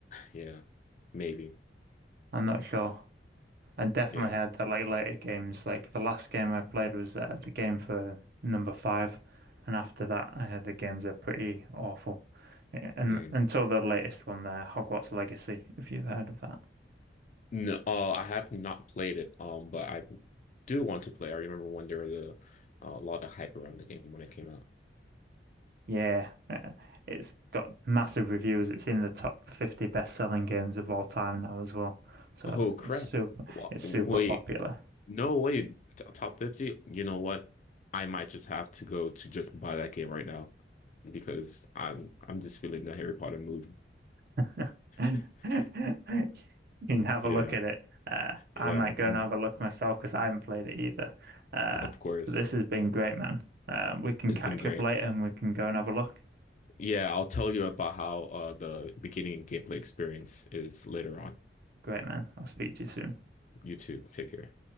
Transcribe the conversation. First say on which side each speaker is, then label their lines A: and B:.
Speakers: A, on the left (about 40°); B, on the right (about 55°).
A: yeah, maybe.
B: I'm not sure. and definitely
A: Yeah.
B: had the like later games. Like the last game I played was uh, the game for number five, and after that, I had the games are pretty awful. Uh, And
A: Hmm.
B: until the latest one there, Hogwarts Legacy, if you've heard of that.
A: No, uh, I have not played it, um, but I do want to play. I remember when there was a, a lot of hype around the game when it came out.
B: Yeah, uh, it's got massive reviews. It's in the top 50 best-selling games of all time now as well. So
A: Oh, crap.
B: it's super,
A: Wa-
B: it's super
A: Wait,
B: popular.
A: no, wait. T- Top 50? You know what? I might just have to go to just buy that game right now because I'm I'm just feeling the Harry Potter mood.
B: <laughs> You
A: <laughs>
B: can have
A: Yeah,
B: a look at it. Uh,
A: yeah.
B: I might go
A: I'm
B: and have a look myself because I haven't played it either. Uh,
A: Of course.
B: so this has been great, man. Uh, we can
A: It's
B: catch
A: been great.
B: up later and we can go and have a look.
A: Yeah, I'll tell you about how uh the beginning gameplay experience is later on.
B: Great, man. I'll speak to you soon.
A: You too. Take care.